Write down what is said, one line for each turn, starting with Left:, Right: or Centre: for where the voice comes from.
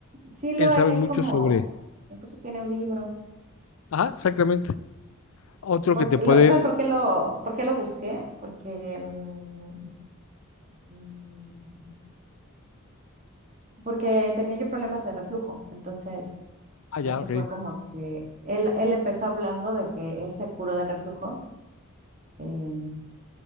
Right: sí lo
Left: Él sabe
Right: he
Left: mucho
Right: como,
Left: sobre...
Right: incluso tiene un libro.
Left: Ajá, exactamente. Otro
Right: Porque
Left: que te puede...
Right: lo, ¿sabes por qué lo, por qué lo busqué? Porque, mm, mm, porque tenía yo problemas de reflujo. Entonces,
Left: Ah, ya,
Right: eso
Left: ok.
Right: fue como que él, él empezó hablando de que él se curó del reflujo em,